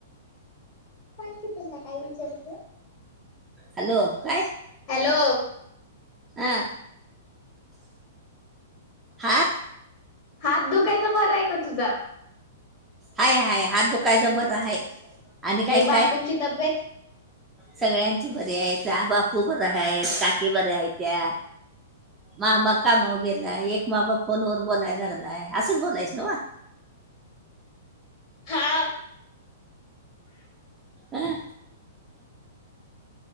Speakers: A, on the left; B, on the right.
A: सांग की त्यांना काय विचारत.
B: <inaudible> हॅलो, काय?
A: हॅलो
B: अं हातं
A: हातं दुःखाच्यां बरं आहे कां तुझां
B: हायं हायं हातं दुःखाचं बरं हायं आणि कायं
A: बापूंची
B: कायं
A: तब्येत
B: सगळ्यांची बरी आहेतं आं बापूं बरे आहेतं काकी बरे आहेत्यां
A: <unintelligible>
B: मामा कामांवर गेलायं एक मामा फोनवरं बोलायं लागलायं असंच बोलायचं नव
A: हां
B: अं